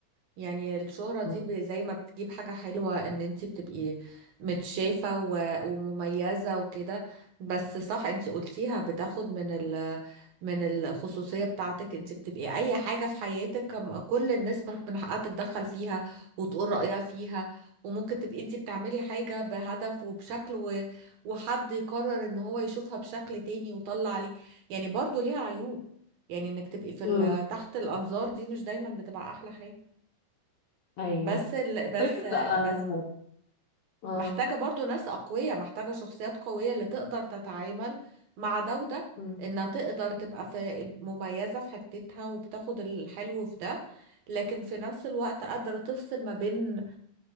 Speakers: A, on the right; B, on the left.
A: يعني الشهرة
B: مم.
A: دي ب- زي ما بتجيب حاجة حلوة ان انتي بتبقي متشافة و- ومميزة وكده بس صح انتي قلتيها بتاخد من ال من الخصوصية بتاعتك انتي بتبقي اي حاجة في حياتك كم- كل الناس ممكن من حقها تتدخل فيها وتقول رأيها فيها وممكن تبقي انتي بتعملي حاجة بهدف وبشكل و... وحد يقرر ان هو يشوفها بشكل تاني ويطلع عليك يعني برضو ليها عيوب يعني انك تبقي في
B: مم.
A: ال- تحت الانظار دي مش دايما بتبقى احلى حاجة
B: ايوه
A: بس ال... بس
B: فكرة آه
A: بس
B: آه
A: محتاجة برضو ناس أقوياء محتاجة شخصيات قوية اللي تقدر تتعامل مع ده وده
B: مم.
A: إنها تقدر تبقى في مميزة في حتتها وبتاخد الحلو في ده لكن في نفس الوقت قادرة تفصل ما بين